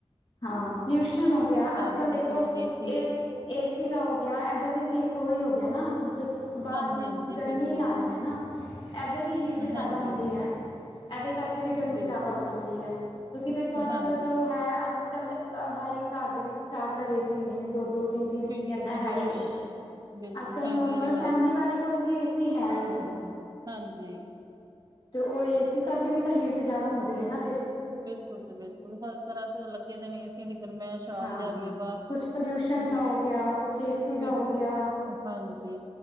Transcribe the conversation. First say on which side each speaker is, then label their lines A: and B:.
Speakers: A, on the left (about 50°); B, on the right (about 35°).
A: ਹਾਂ ਪਿਊਸ਼ਨ ਹੋ ਗਿਆ ਅੱਜ ਕੱਲ
B: ਚ
A: ਦੇਖੋ
B: ਏਸੀ
A: ਇਹ ਏਸੀ ਦਾ ਹੋ ਗਿਆ ਇਦਾਂ ਵੀ ਤੇ ਇੱਕ ਉਹੀ ਹੋ ਗਿਆ ਨਾ ਮਤਲਬ ਬਾਹਰ
B: ਹਾਂਜੀ ਹਾਂਜੀ
A: ਗਰਮੀ
B: ਬਿਲਕੁਲ
A: ਆ ਰਹੀ ਹੈ ਨਾ ਐਦੇ ਵੀ ਹੀਟ ਜ਼ਿਆਦਾ
B: ਹਾਂਜੀ
A: ਹੁੰਦੀ
B: ਹਾਂਜੀ
A: ਹੈ। ਐਦੇ ਕਰਕੇ ਵੀ ਗਰਮੀ
B: ਬਿਲਕੁਲ
A: ਜ਼ਿਆਦਾ ਹੋ ਜਾਂਦੀ ਹੈ ਕਿਉਂਕਿ ਦੇਖੋ ਅੱਜ
B: ਹਾਂਜੀ
A: ਕੱਲ ਜੋ ਹੈ ਅੱਜ ਅੱਜ ਕੱਲ ਹਰ ਇੱਕ ਘਰ ਦੇ ਵਿੱਚ ਚਾਰ ਚਾਰ ਏਸੀ ਨੇ ਦੋ ਦੋ ਤਿੰਨ ਤਿੰਨ ਏਸੀ
B: ਬਿਲਕੁਲ
A: ਏਦਾਂ
B: ਜੀ
A: ਹੈ
B: ਬਿਲਕੁਲ
A: ਹੀ ਹੈ।
B: ਬਿਲਕੁਲ
A: ਅੱਜ ਕੱਲ
B: ਫੈਮਿਲੀ
A: ਨੋਰਮਲ
B: ਵਾਲੇ ਘਰਾਂ
A: ਫੈਮਲੀ
B: ਚ
A: ਵਾਲੇ ਕੋਲ ਵੀ ਏਸੀ ਹੈ ਹੀ ਹੈ।
B: ਹਾਂਜੀ
A: ਤੇ ਓ ਏਸੀ
B: ਬਿ-
A: ਕਰਕੇ ਵੀ ਤਾਂ ਹੀਟ ਜਾਦਾ ਹੁੰਦੀ ਏ ਨਾ ਫੇਰ।
B: ਬਿਲਕੁਲ ਜੀ ਬਿਲਕੁਲ ਹਰ ਘਰਾਂ ਚ ਲੱਗੇ ਦੇ ਨੇ ਏਸੀ ਦੀ ਗ਼ਰਮੈਸ਼ ਆਈ
A: ਹਾਂ
B: ਜਾ ਰੀ ਐ ਬਾਰ
A: ਕੁਛ ਪੋਲਿਊਸ਼ਨ
B: <unintelligible>
A: ਦਾ ਹੋ ਗਿਆ ਕੁਛ ਏਸੀ ਦਾ ਹੋ ਗਿਆ
B: ਹਾਂਜੀ